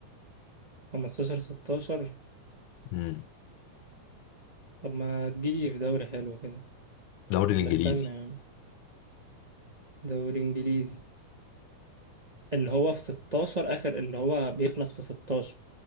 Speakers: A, on the right; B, on the left.
A: 15 16
B: امم
A: طب ما تجيلي في دوري حلو كده
B: دوري
A: ولا
B: الإنجليزي
A: استنى يعني دوري انجليزي اللي هو في 16 اخر اللي هو بيخلص في 16